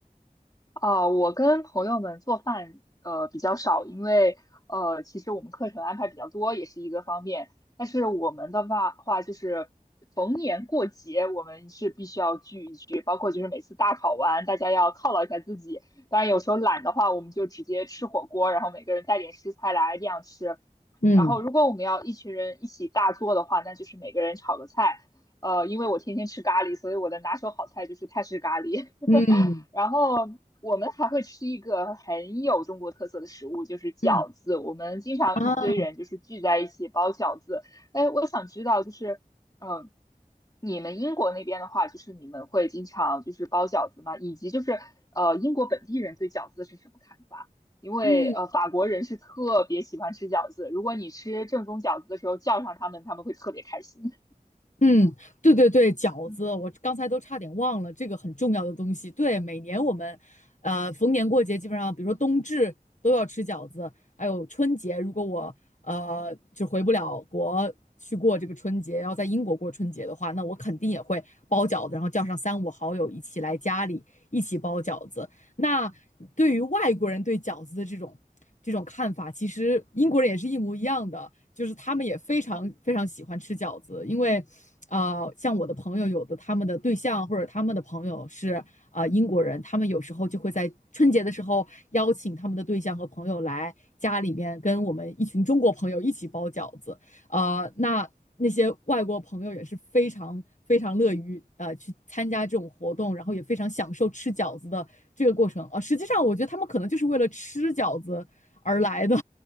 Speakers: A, on the left; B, on the left.
A: 呃，我跟朋友们做饭呃比较少，因为呃其实我们课程安排比较多，也是一个方面。但是我们的话话就是逢年过节，我们是必须要聚一聚，包括就是每次大考完，大家要犒劳一下自己。当然有时候懒的话，我们就直接吃火锅，然后每个人带点食材来这样吃。
B: 嗯
A: 然后如果我们要一群人一起大做的话，那就是每个人炒个菜。呃，因为我天天吃咖喱，所以我的拿手好菜就是泰式咖喱。
B: 嗯
A: 然后我们还会吃一个很有中国特色的食物，就是饺子。
B: 嗯。
A: 我们经常一堆人就是聚在一起包饺子。
B: 啊，
A: 哎，我想知道，就是嗯，你们英国那边的话，就是你们会经常就是包饺子吗？以及就是呃，英国本地人对饺子是什么看法？因为呃，
B: 嗯。
A: 法国人是特别喜欢吃饺子，如果你吃正宗饺子的时候叫上他们，他们会特别开心。
B: 嗯，对对对，
A: <laughs>
B: 饺子，
A: 嗯，
B: 我刚才都差点忘了这个很重要的东西。对，每年我们，呃，逢年过节基本上，比如说冬至都要吃饺子，还有春节，如果我呃就回不了国去过这个春节，要在英国过春节的话，那我肯定也会包饺子，然后叫上三五好友一起来家里一起包饺子。那对于外国人对饺子的这种这种看法，其实英国人也是一模一样的，就是他们也非常非常喜欢吃饺子，因为。呃，像我的朋友，有的他们的对象或者他们的朋友是呃英国人，他们有时候就会在春节的时候邀请他们的对象和朋友来家里面跟我们一群中国朋友一起包饺子，呃，那那些外国朋友也是非常非常乐于呃去参加这种活动，然后也非常享受吃饺子的这个过程啊、呃实际上，我觉得他们可能就是为了吃饺子而来的，